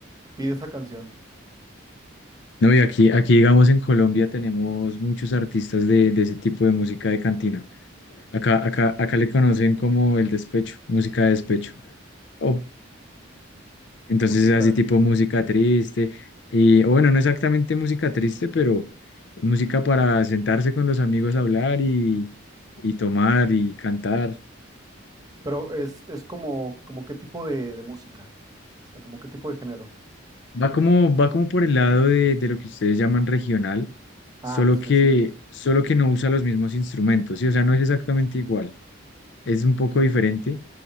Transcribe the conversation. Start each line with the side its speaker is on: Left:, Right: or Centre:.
Right: pide esa canción.
Left: No, y aquí, aquí, digamos, en Colombia tenemos muchos artistas de, de ese tipo de música de cantina. Acá, acá, acá le conocen como el despecho, música de despecho. Oh, entonces
Right: Música
Left: es así tipo
Right: de...
Left: música triste. Y, o bueno, no exactamente música triste, pero música para sentarse con los amigos a hablar y, y tomar y cantar.
Right: Pero es, es como, como qué tipo de, de música. O sea, como qué tipo de género.
Left: Va como, va como por el lado de, de lo que ustedes llaman regional,
Right: Ah,
Left: solo
Right: entonces
Left: que,
Right: sí.
Left: solo que no usa los mismos instrumentos, ¿sí? O sea, no es exactamente igual, es un poco diferente,